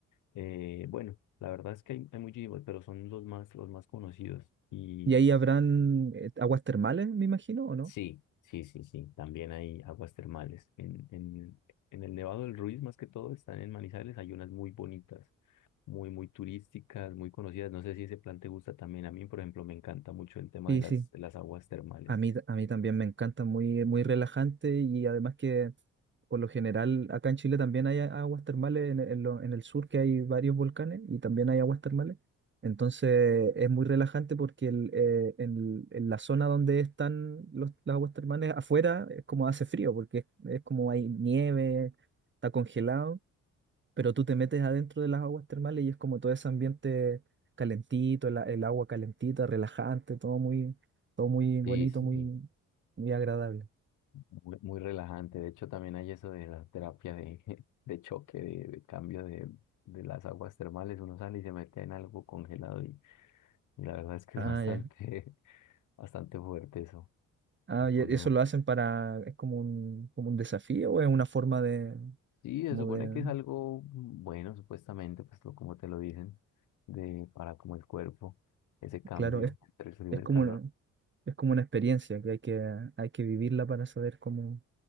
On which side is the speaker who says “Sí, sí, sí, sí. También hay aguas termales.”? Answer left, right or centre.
Left